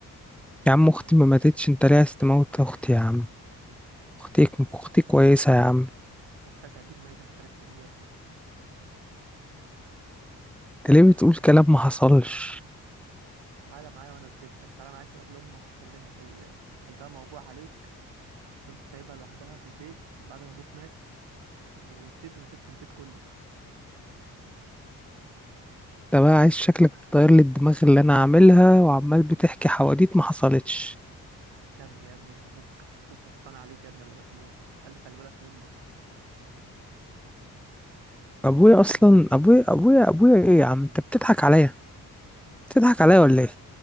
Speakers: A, in the centre; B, on the right.
A: يا عم اختي ما ماتتش انت ليه عايز تموت اختي يا عم اختي اختي كويسة يا عم
B: اختك هدير ميتة من ثلاث سنين يا ابني
A: انت ليه بتقول كلام ما حصلش
B: تعالى معايا وانا اثبت لك تعالى معاك نروح لامك اللي انت اللي قلبها موجوع عليك وانت سايبها لوحدها في البيت بعد ما ابوك مات ونسيته وسبت البيت كله
A: انت بقى عايز شكلك تطير لي الدماغ اللي انا عاملها وعمال بتحكي حواديت ما حصلتش
B: يا ابني يا ابني انت ابوك ابوك وصانا عليك يا ابني قبل ما تموت قال لي خلي بالك منه
A: ابويا اصلا ابويا ابويا ابويا ايه يا عم انت بتضحك عليا بتضحك عليا ولا ايه